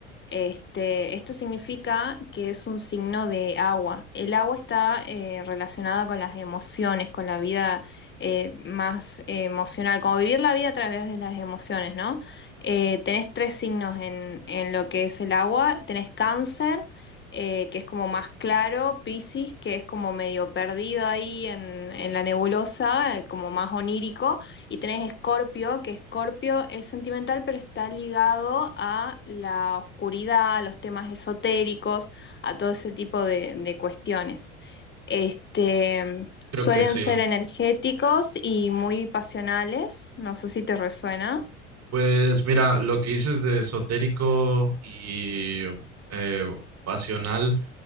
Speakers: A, on the left; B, on the right.
A: Este, esto significa que es un signo de agua. El agua está eh, relacionada con las emociones, con la vida eh, más emocional, como vivir la vida a través de las emociones, ¿no? Eh, tenés tres signos en, en lo que es el agua. Tenés Cáncer, eh, que es como más claro, Piscis, que es como medio perdido ahí en, en la nebulosa, eh, como más onírico. Y tenés Escorpio, que Escorpio es sentimental, pero está ligado a la oscuridad, a los temas esotéricos, a todo ese tipo de, de cuestiones. Este,
B: Creo
A: suelen
B: que sí.
A: ser energéticos y muy pasionales, no sé si te resuena.
B: Pues mira, lo que dices de esotérico y eh, pasional,